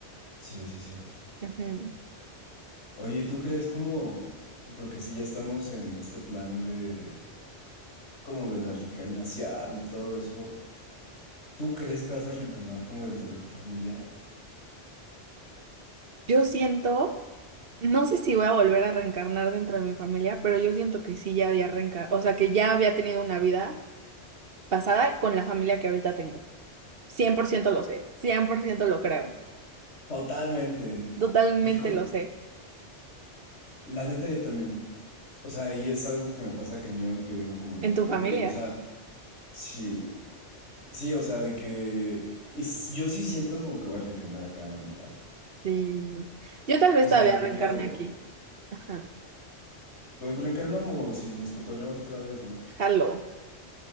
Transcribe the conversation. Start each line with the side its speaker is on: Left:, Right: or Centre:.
Left: Sí, sí, sí.
Right: Ujú.
Left: Oye, ¿tú crees como, porque si ya estamos en este plan de, como de la reencarnación y todo eso, ¿tú crees que vas a reencarnar como dentro de tu familia?
Right: Yo siento No sé si voy a volver a reencarnar dentro de mi familia, pero yo siento que sí ya había reencarnado, o sea, que ya había tenido una vida pasada con la familia que ahorita tengo. cien por ciento lo sé, 100% lo creo,
Left: Totalmente.
Right: totalmente
Left: Hijo,
Right: lo sé.
Left: la neta yo también. O sea, y es algo que me pasa cañón, que digo como de
Right: ¿En
Left: que,
Right: tu familia?
Left: güey, o sea, sí, sí, o sea, de que y s- yo sí siento como que voy a reencarnar acá, la neta.
Right: Sí. Yo tal vez
Left: O sea,
Right: todavía
Left: de
Right: reencarne
Left: que algo,
Right: aquí. Ajá.
Left: pues reencarnamos y nos cotorreamos otra vez, ¿no?
Right: Jalo,